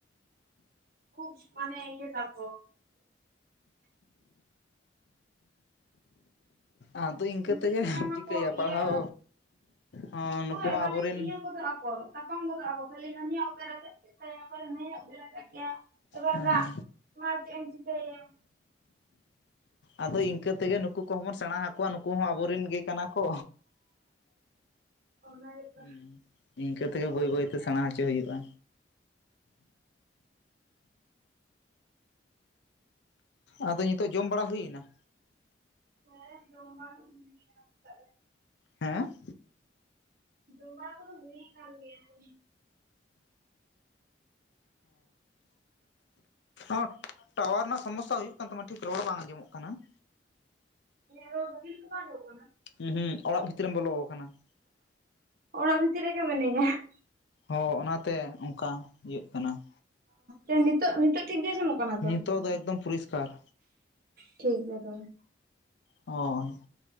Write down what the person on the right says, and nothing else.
ᱠᱷᱩᱵ ᱢᱟᱱᱮ ᱤᱭᱟᱹ ᱛᱟᱠᱚ ᱾
ᱢᱤᱫ
ᱥᱚᱢᱚᱭ ᱢᱟᱠᱚ
ᱤᱭᱟᱹ
ᱦᱳᱭ
<unintelligible> ᱛᱟᱯᱟᱢ ᱜᱚᱫᱚᱜ ᱟᱠᱚ ᱠᱷᱟᱹᱞᱤ ᱦᱟᱱᱤᱭᱟᱜ ᱱᱟᱹᱭ ᱟᱜ ᱩᱯ ᱮ ᱨᱟᱪᱟᱜ
ᱠᱮᱫ ᱛᱟᱭᱟ <unintelligible>
ᱚᱱᱟ ᱜᱮᱛᱚ
ᱠᱤᱱᱛᱩ
ᱢᱟᱱᱮ
ᱦᱮᱸ ᱡᱚᱢ ᱵᱟᱲᱟ ᱫᱚ ᱦᱩᱭ ᱠᱟᱱᱟ <unintelligible>
ᱡᱚᱢ ᱵᱟᱲᱟ ᱠᱚᱫᱚ ᱦᱩᱭ ᱠᱟᱱ ᱜᱮᱭᱟ ᱾
ᱤᱧᱟᱜ ᱨᱚᱲ ᱵᱷᱟᱜᱮ ᱞᱮᱠᱟ ᱵᱟᱝ ᱟᱡᱚ ᱢᱚᱜ ᱠᱟᱱᱟ
ᱚᱲᱟ ᱵᱷᱤᱛᱤᱨ ᱨᱮ ᱜᱮ ᱢᱤᱱᱟᱹᱧᱟ ᱾
ᱚ ᱱᱤᱛᱚᱜ ᱱᱤᱛᱚᱜ ᱴᱷᱤᱠ ᱜᱮ ᱟᱡᱚ ᱢᱚᱜ ᱠᱟᱱᱟ ᱛᱚ
᱾
ᱴᱷᱤᱠ ᱜᱮᱭᱟ ᱛᱚ ᱵᱮ